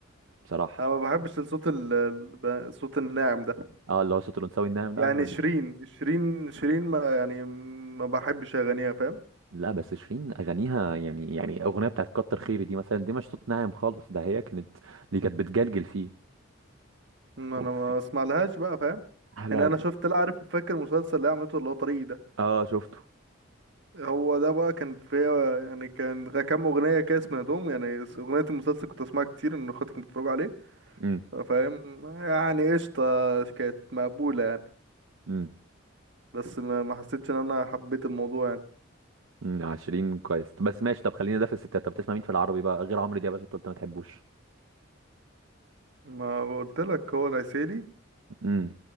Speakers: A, on the right; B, on the right.
A: بصراحه
B: انا ما بحبش الصوت ال... ال- الصوت الناعم ده
A: اه اللي هو صوت الانثوي الناعم ده
B: يعني
A: انا
B: شيرين شيرين شيرين ما يعني ما بحبش اغانيها فاهم
A: لا بس شيرين اغانيها يعني يعني اغنيه بتاعت كتر خيري دي مثلا دي مش صوت ناعم خالص ده هي كانت دي كانت بتجلجل فيه
B: ما
A: وفي
B: انا ما اسمع لهاش بقى فاهم
A: احلى
B: يعني انا
A: د-
B: شفت لا عارف فاكر المسلسل اللي هي عملته اللي هو طريقي ده
A: اه شفته
B: هو ده بقى كان فيه يعني كان غ- كام اغنيه كده سمعتهم يعني س- اغنيه المسلسل كنت اسمعها كتير ان اخواتي كانوا بيتفرجوا عليه
A: امم
B: فاهم يعني قشطه كانت مقبوله يعني
A: امم
B: بس ما ما حسيتش ان انا حبيت الموضوع يعني
A: امم آه، شيرين كويس بس ماشي طب خلينا ده في الستات طب بتسمع مين في العربي بقى غير عمرو دياب عشان انت قلت ما تحبوش
B: ما قلت لك هو العسيلي
A: امم